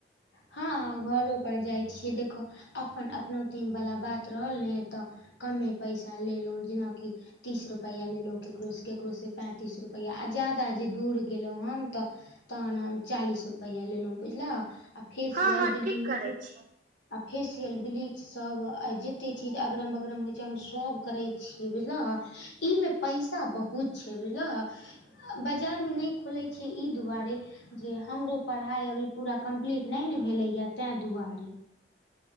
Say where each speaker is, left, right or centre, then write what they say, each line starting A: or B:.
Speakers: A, on the left; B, on the right.
A: हँ, हँ घरो पर जाइ छियै देखऽ। अपन-अपनोती वला बात रहल ने तऽ कमे पैसा लेलहुँ जेनाकि। तीस रुपैआ लेलहुँ ककरोसँ, ककरोसँ पैंतीस रुपैआ आ ज्यादा जे दूर गेलहुँ हम तऽ। तहन हम चालीस रुपैया लेलहुँ बुझलहऽ आ फेसियल-
B: हँ हँ
A: ब्लीच।
B: ठीक करै छी
A: आ फेेशियल-ब्लीच। सब आय जते चीज अगरम-बगरम होइ छै हम सब करेइ छी बुझलहऽ। ई में पैसा बहुत छय बुझलहऽ। बजार में नहि खोलय छिय ई दुआरे जे हमरो पढ़ाई अभी पूरा कम्प्लीट। नयने भेलैए तेंदुआरे।